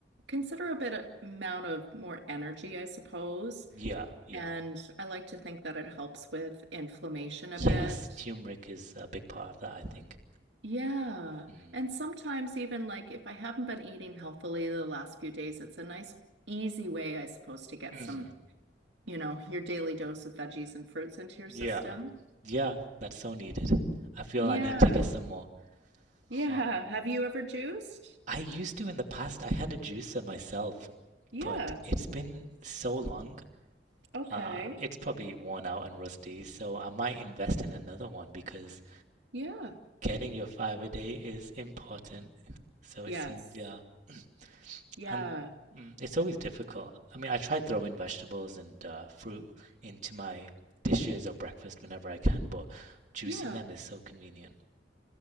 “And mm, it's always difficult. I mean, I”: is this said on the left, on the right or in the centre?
Right